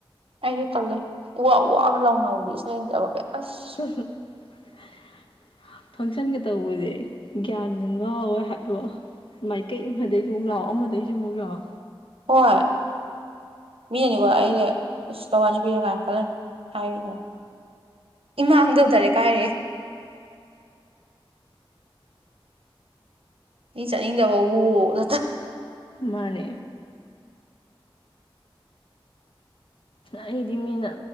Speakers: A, on the right; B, on the left.
A: ꯑꯩꯖꯨ ꯇꯜꯂꯦ ꯎ ꯋꯥ ꯎ ꯋꯥꯒ ꯂꯥꯎꯅꯕꯗꯣ ꯏꯁꯩ ꯌꯦꯡꯗꯕꯒꯩ ꯑꯁ
B: <unintelligible> ꯐꯪꯁꯟꯒꯥ ꯇꯧꯕꯖꯦ ꯒ꯭ꯌꯥꯟꯒꯥ ꯉꯥꯎꯋꯦ ꯍꯥꯏꯕ ꯃꯥꯏꯀꯩ ꯏꯃꯗꯩꯖꯨ ꯑꯃꯨꯛ ꯂꯥꯎ ꯑꯃ ꯗꯩꯖꯨ ꯃꯨꯛ ꯂꯥꯎ
A: ꯍꯣꯏ ꯃꯤꯅꯗꯤꯀꯣ ꯑꯩꯁꯦ ꯑꯁ ꯂꯋꯥꯏ ꯅꯨꯄꯤꯅꯤꯔꯥ ꯀꯥꯏꯅ ꯈꯜꯂꯝꯅꯤ ꯍꯥꯏꯒ ꯏꯃꯥꯡꯗ ꯗꯥꯏꯔꯦꯛꯀ ꯍꯥꯏꯔꯛꯑꯦ ꯃꯤ ꯆꯠꯅꯤꯡꯗꯕꯕꯨ ꯅꯠꯇ꯭ꯔꯥ
B: ꯃꯥꯅꯦ ꯑꯩꯗꯤ ꯃꯤꯅ